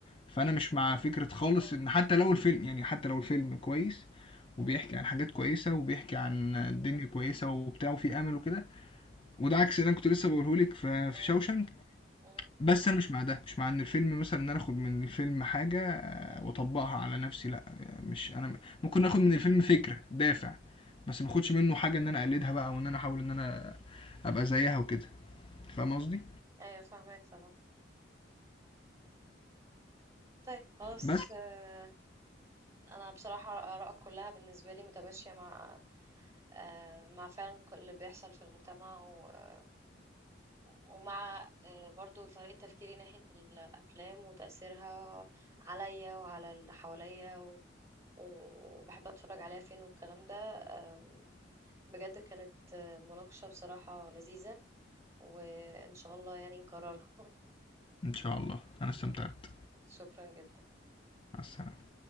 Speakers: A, on the left; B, on the right.
A: فانا مش مع
B: مم.
A: فكرة خالص ان حتى لو الفيلم يعني حتى لو الفيلم كويس وبيحكي
B: مم.
A: عن حاجات كويسة وبيحكي عن
B: مم.
A: الدنيا كويسة وبتاع وفي امل وكده وده عكس اللي انا كنت لسه بقولهولك في
B: مم.
A: في شوشنك
B: مم.
A: بس انا مش مع ده مش مع ان الفيلم مثلا ان انا اخد من الفيلم حاجة
B: مم.
A: واطبقها على نفسي لا مش انا ممكن اخد من الفيلم فكرة دافع بس ما اخدش منه حاجة ان انا اقلدها بقى وان انا احاول ان انا ابقى زيها وكده فاهم قصدي
B: أيوة فاهمك طبعا طيب خلاص
A: بس
B: أه، أنا بصراحة آرائك كلها بالنسبة لي متماشية مع آه، مع فعلا كل اللي بيحصل في المجتمع و- ومع آه، برضو طريقة تفكيري ناحية الأفلام وتأثيرها عليا وعلى اللي حواليا و- وبحب أتفرج عليها فين والكلام ده آم، بجد كانت آه، مناقشة بصراحة لذيذة وإن شاء الله يعني نكررها
A: إن شاء الله أنا استمتعت
B: <laughs> شكرا جدا
A: مع السلامة